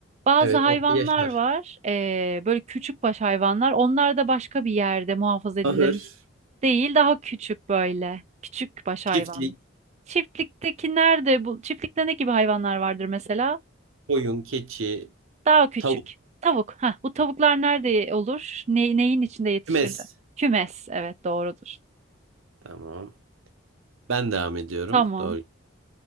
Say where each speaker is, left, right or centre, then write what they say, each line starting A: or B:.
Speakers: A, on the right; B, on the right.
A: Bazı
B: Evet,
A: hayvanlar
B: orada yaşar.
A: var, e, böyle küçük baş hayvanlar. Onlar da başka bir yerde muhafaza edilir
B: Ahır,
A: değil, daha küçük böyle. Küçük baş
B: çiftlik,
A: hayvan. Çiftlikteki nerede bu? Çiftlikte ne gibi hayvanlar vardır mesela?
B: koyun, keçi,
A: Daha küçük.
B: tavuk,
A: Tavuk. Heh, bu tavuklar nerede olur? Ne, neyin içinde yetişirdi?
B: kümes.
A: Kümes. Evet, doğrudur.
B: Tamam. Ben devam ediyorum.
A: Tamam.
B: Doğru.